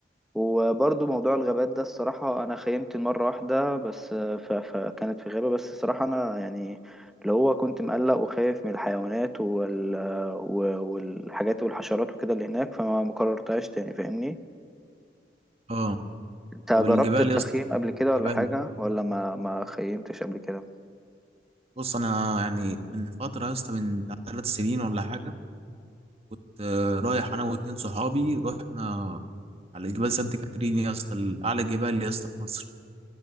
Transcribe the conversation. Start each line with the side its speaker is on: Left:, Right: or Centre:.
Centre: وبرضو موضوع الغابات ده الصراحة أنا خيمت مرة واحدة بس آه، ف- فكانت في غابة بس الصراحة أنا يعني اللي هو كنت مقلق وخايف من الحيوانات وال... آه، و- والحاجات والحشرات وكده اللي هناك فما مكررتهاش تاني فاهمني
Right: اه
Centre: انت
Right: طب
Centre: جربت
Right: الجبال
Centre: التخييم
Right: يا
Centre: قبل كده ولا
Right: يبقى
Centre: حاجة ولا ما ما خيمتش قبل كده
Right: بص انا يعني من فتره يا اسطى من بتاع ثلاث سنين ولا حاجه كنت رايح انا واتنين صحابي رحنا على جبال سانت كاترين يا اسطى ال- اعلى جبال يا اسطى في مصر